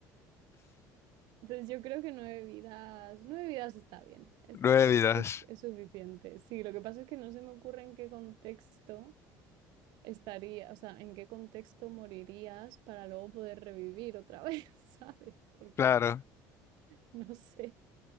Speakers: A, on the right (about 75°); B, on the left (about 35°).
A: Entonces yo creo que nueve vidas, nueve vidas está bien, está
B: Nueve
A: bien,
B: vidas,
A: es, es suficiente. Sí, lo que pasa es que no se me ocurre en qué contexto estaría, o sea, en qué contexto morirías para luego poder revivir otra <laughs> vez, ¿sabes? Porque
B: claro.
A: no sé,